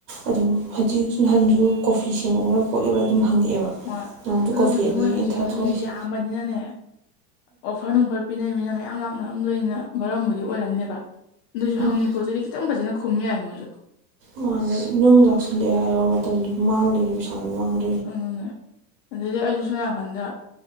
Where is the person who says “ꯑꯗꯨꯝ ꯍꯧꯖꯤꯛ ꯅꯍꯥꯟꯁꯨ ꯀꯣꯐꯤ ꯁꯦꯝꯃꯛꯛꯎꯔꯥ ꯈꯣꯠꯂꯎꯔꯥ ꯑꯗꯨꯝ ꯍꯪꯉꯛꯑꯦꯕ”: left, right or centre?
Right